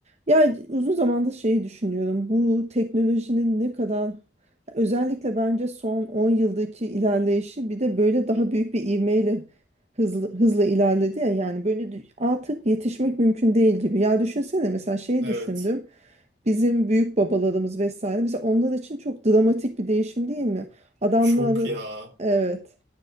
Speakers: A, on the right (about 40°); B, on the right (about 70°).
A: Ya uzun zamandır şeyi düşünüyorum. Bu teknolojinin ne kadar özellikle bence son 10 yıldaki ilerleyişi bir de böyle daha büyük bir ivmeyle hızlı, hızla ilerledi ya yani böyle dü- artık yetişmek mümkün değil gibi. Ya düşünsene mesela şeyi
B: Evet.
A: düşündüm. Bizim büyük babalarımız vesaire mesela onlar için çok dramatik bir değişim değil mi? Adamların
B: Çok ya.
A: evet